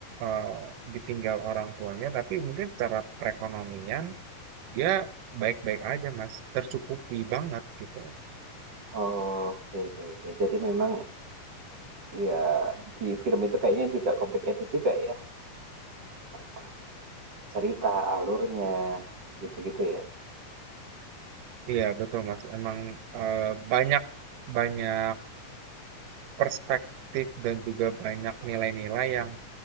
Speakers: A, on the right (about 90°); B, on the right (about 60°).
A: uh, ditinggal orang tuanya, tapi mungkin secara perekonomian dia baik-baik aja mas, tercukupi banget gitu.
B: Oh, oke oke oke jadi memang ya di film itu kayaknya juga complicated juga ya apa cerita alurnya gitu-gitu ya
A: Iya betul mas, emang uh, banyak banyak perspektif dan juga banyak nilai-nilai yang